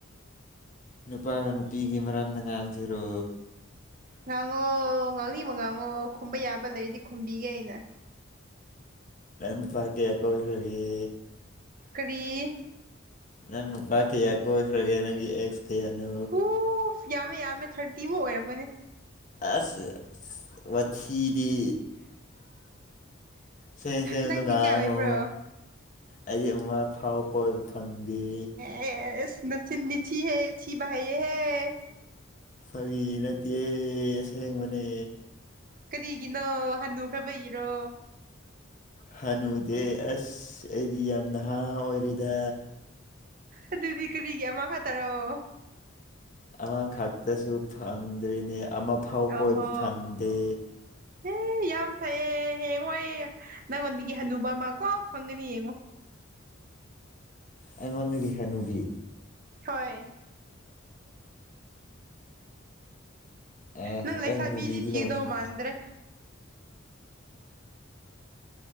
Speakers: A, on the left; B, on the right.
A: ꯅꯨꯄꯥꯒ ꯅꯨꯄꯤꯒꯤ ꯃꯔꯝꯗ ꯉꯥꯡꯁꯤꯔꯣ
B: ꯉꯥꯡꯉꯣ ꯉꯥꯡꯅꯤꯡꯕ ꯉꯥꯡꯉꯣ ꯈꯨꯝꯕ ꯌꯥꯕ ꯂꯩꯗꯤ ꯈꯨꯝꯕꯤꯒꯦ ꯑꯩꯅ
A: ꯅꯪ ꯅꯨꯄꯥ ꯀꯌꯥ ꯀꯣꯏꯈ꯭ꯔꯒꯤ
B: ꯀꯔꯤ
A: ꯅꯪ ꯅꯨꯄꯥ ꯀꯌꯥ ꯀꯣꯏꯈ꯭ꯔꯒꯦ ꯅꯪꯒꯤ ꯑꯦꯛꯁ ꯀꯌꯥꯅꯣ
B: ꯎ ꯌꯥꯝꯃꯦ ꯌꯥꯝꯃꯦ ꯊꯥꯔꯇꯤ ꯑꯃꯨꯛ ꯑꯣꯏꯔꯝꯒꯅꯤ
A: ꯑꯁ ꯋꯥꯊꯤꯗꯤ ꯁꯦꯡ ꯁꯦꯡꯕꯗꯣ
B: ꯅꯪꯗꯤ
A: ꯉꯥꯡꯉꯨ
B: ꯀꯌꯥ ꯑꯣꯏꯕ꯭ꯔꯣ
A: ꯑꯩꯗꯤ ꯑꯃ ꯐꯥꯎ ꯀꯣꯏꯕ ꯐꯪꯗꯦ
B: ꯑꯦ ꯏꯁꯃꯤ ꯆꯤꯟꯗꯤ ꯊꯤꯍꯦ ꯊꯤꯕ ꯍꯤꯍꯌꯦ
A: ꯐꯥꯒꯤ ꯅꯠꯇꯦꯍꯦ ꯁꯦꯡꯕꯅꯦ
B: ꯀꯔꯤꯒꯤꯅꯣ ꯍꯟꯅꯨ ꯐꯕꯩꯒꯤꯔꯣ
A: ꯍꯥꯅꯨꯗꯦ ꯑꯁ ꯑꯩꯗꯤ ꯌꯥꯝ ꯅꯍꯥ ꯑꯣꯏꯔꯤꯗ
B: ꯑꯗꯨꯗꯤ ꯀꯔꯤꯒꯤ ꯑꯃꯥ ꯈꯛ ꯇꯔꫭ
A: ꯑꯃꯈꯛꯇꯁꯨ ꯐꯪꯗ꯭ꯔꯤꯅꯦ ꯑꯃꯐꯥꯎ
B: ꯑꯣꯍꯣ
A: ꯀꯣꯏꯕ ꯐꯪꯗꯦ
B: ꯑꯦ ꯌꯥꯝ ꯐꯩꯌꯦ ꯍꯥꯌꯦꯡꯋꯥꯏ ꯅꯪꯉꯣꯟꯗꯒꯤ ꯍꯟꯅꯨꯕ ꯑꯃ ꯀꯥꯠ ꯐꯪꯒꯅꯤ ꯌꯦꯡꯉꯣ
A: ꯑꯩꯉꯣꯟꯗꯒꯤ ꯍꯅꯨꯕꯤ
B: ꯍꯣꯏ
A: ꯑꯦ
B: ꯅꯪ ꯂꯩꯁꯥꯕꯤꯗꯤ
A: ꯑꯦ ꯍꯅꯨꯕꯤꯗꯤ
B: ꯊꯤꯒꯗꯧ
A: ꯂꯥꯎꯅꯤꯡꯗꯦ
B: ꯃꯥꯟꯗ꯭ꯔꯦ